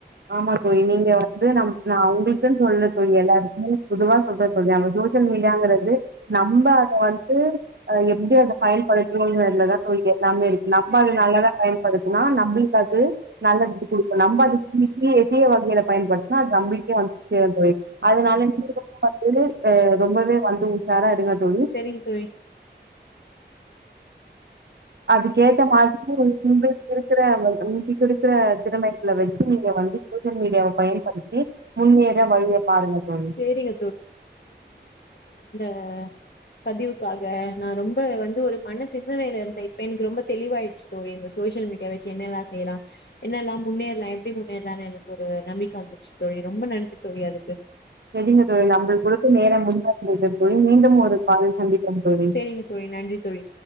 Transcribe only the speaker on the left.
செரிங்க தோழி
சேரிங்க ஆ பதிவுக்காக நா ரொம் இப்ப வந்து ஒரு மன சிந்தனைல இருந்த இப் இப்ப எனக்கு ரொம்ப தெளிவாயிடுச்சு தோழி இந்த சோசியல் மீடியா வச்சு என்னெல்லா செய்யலா என்னெல்லா முன்னேறலா எப்படி முன்னேறலான்னு எனக்கு ஒரு நம்பிக்கை வந்துருச்சு தோழி ரொம்ப நன்றி தொழி அதுக்கு
சேரிங்க தோழி நன்றி தோழி